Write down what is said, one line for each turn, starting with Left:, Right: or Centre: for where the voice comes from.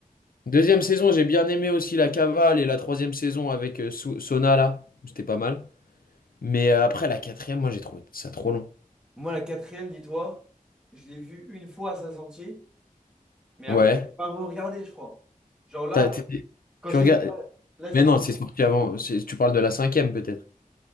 Left: deuxième saison, j'ai bien aimé aussi la cavale et la troisième saison avec euh, Sou- Sona, là. C'était pas mal. Mais euh, après, la quatrième, moi, j'ai trouvé ça trop long.
Centre: Moi, la quatrième, dis-toi, je l'ai vue une fois à sa sortie, mais
Left: Ouais.
Centre: après, je l'ai pas re-regardé, je crois. Genre là,
Left: T'as- t'es-
Centre: quand
Left: tu
Centre: je
Left: regardes.
Centre: t'ai dit, là, je
Left: Mais
Centre: me
Left: non,
Centre: suis.
Left: c'est sorti avant. c'est- Tu parles de la cinquième, peut-être.